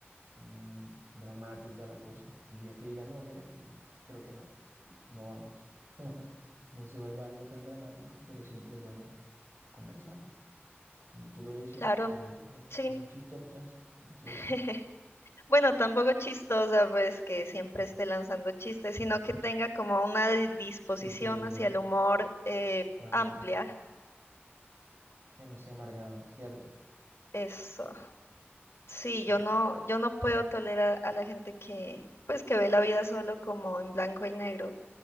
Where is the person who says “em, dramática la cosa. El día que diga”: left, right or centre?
Right